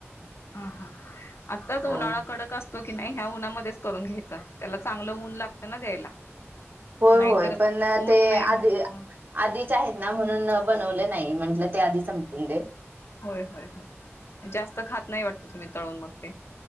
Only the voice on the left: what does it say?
हा हा आत्ताच
उन्हाळा कडक असत. तो की नाही ह्या उन्हामध्येच करून घ्यायचाय त्याला चांगलं ऊन लागतं ना द्यायला.
नाहीतर
ऊन
नाही
ह
होय, होय हो जास्त खात नाही वाटत तुम्ही तळून मग ते.